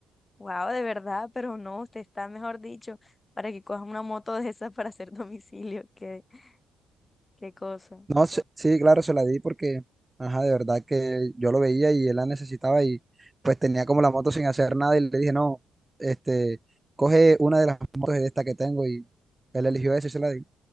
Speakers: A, on the left; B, on the right.
A: Wow, de verdad, pero no, usted está, mejor dicho, para que coja una moto de esas para hacer <laughs> domicilio. Qué, qué cosa.
B: No, se- sí, claro, se la di porque, ajá, de verdad que yo lo veía y él la necesitaba y pues tenía como la moto sin hacer nada y le dije, no, este, coge una de las motos de esta que tengo y él eligió esa y se la di.